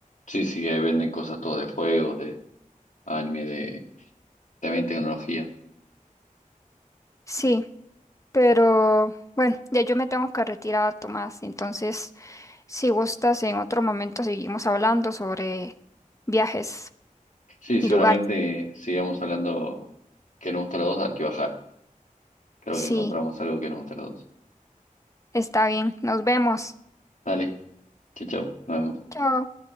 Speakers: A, on the left; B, on the left.
A: sí, sí, ahí venden cosas todo de juegos, de anime, de también tecnología.
B: sí, pero bueno, ya yo me tengo que retirar, Tomás, entonces si gustas en otro momento seguimos hablando sobre viajes
A: Sí,
B: y
A: seguramente
B: lugares.
A: sigamos hablando que nos gusta a los dos, Akibahara. Creo
B: Sí.
A: que encontramos algo que nos gusta a los dos.
B: Está bien, nos vemos.
A: Dale, chau, chau, nos vemos.
B: Chao.